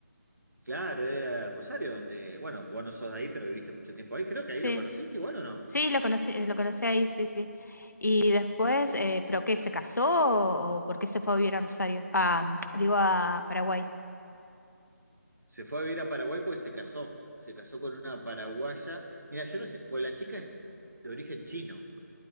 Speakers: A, on the right (about 75°); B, on the left (about 75°).
A: Claro, era Rosario, donde, bueno, vos no sos de ahí, pero viviste mucho tiempo ahí. Creo que
B: Sí,
A: ahí lo conociste igual o no.
B: sí, lo conocí, eh, lo conocí ahí, sí, sí. Y después, eh, ¿pero qué? ¿Se casó o, o por qué se fue a vivir a Rosario? Ah, digo, a Paraguay.
A: Se fue a vivir a Paraguay porque se casó. Se casó con una paraguaya. Mira, yo no sé, pues la chica es de origen chino.